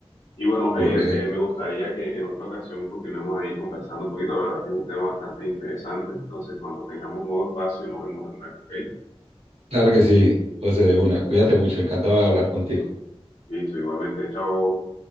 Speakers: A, on the left (about 70°); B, on the right (about 85°).
A: Y bueno, Javier,
B: Correcto.
A: eh, me gustaría que en otra ocasión continuemos ahí conversando un poquito. La verdad es que es un tema bastante interesante. Entonces, cuando tengamos un nuevo espacio, nos vemos de nuevo, ¿ok?
B: Claro que sí, José, de una. Cuídate mucho, encantado de hablar contigo.
A: Listo, igualmente, chao.